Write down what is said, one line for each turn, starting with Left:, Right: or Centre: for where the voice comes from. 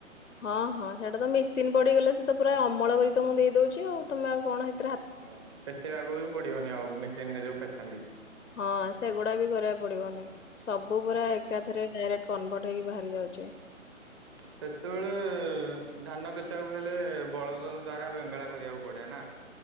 Left: ହଁ ହଁ ସେଇଟା ତ ମେସିନ ପଡିଗଲେ ସେ ତ ପୁରା ଅମଳ କରି ତମକୁ ଦେଇଦଉଛି ଆଉ ତମେ ଆଉ କଣ ହେଇ
Right: ହଁ ପେଶେଇବାକୁ ବି ପଡିବନି ଆଉ ମେସିନରେ ଯୋଉ ପେସାନ୍ତି।
Left: ହଁ ସେଗୁଡା ବି କରିବାକୁ ପଡିବନି ସବୁ ପୁରା ଏକାଥରେ ଡାଇରେକ୍ଟ କନଭଟ ପେସେଇକି ବାହାରି ଯାଉଛି।
Right: ସେତେବେଳେ ଧାନ ପେଶିବାକୁ ହେଲେ ବଳଦ ଦ୍ଵାରା ବେଙ୍ଗଳା କରିବାକୁ ପଡେ ନା।